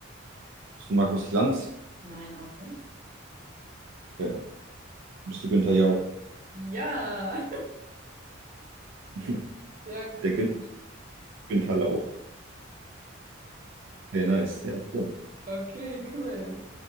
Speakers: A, on the right (about 70°); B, on the right (about 40°).
A: Bist du Markus Lanz?
B: Nein, auch nicht.
A: Okay. Bist du Günther Jauch?
B: Ja,
A: <laughs>
B: <laughs> sehr gut.
A: Der Gün Günther Lauch. Okay, nice. Ja, cool.
B: Okay, cool.